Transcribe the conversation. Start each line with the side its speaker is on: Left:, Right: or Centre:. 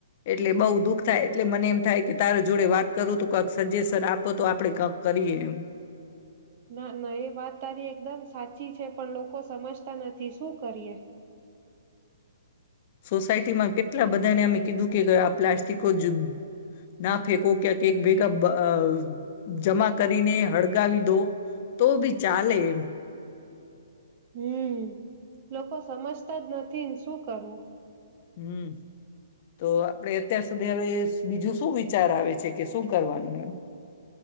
Left: એટલે બઉ દુઃખ થાય એટલે મને એમ થાય કે તારો જોડે વાત કરું તો કક સજેશન આપો તો આપડે કક કરીએ એમ.
Right: ના-ના એ વાત તારી એકદમ સાચી છે પણ લોકો સમજતા નથી શું કરીએ.
Left: સોસાયટીમાં કેટલા બધાને અમે કીધું કે આ પ્લાસ્ટિકો જ ના ફેંકો ક્યાંક એક ભેગા બ અ જમા કરીને હળગાવી દો. તો ભી ચાલે એમ.
Right: હમ્મ લોકો સમજતા જ નથી શું કરવું.
Left: હમ્મ તો આપડે અત્યાર સુધી હવે બીજું શું વિચાર આવે છે કે શું કરવાનું એમ.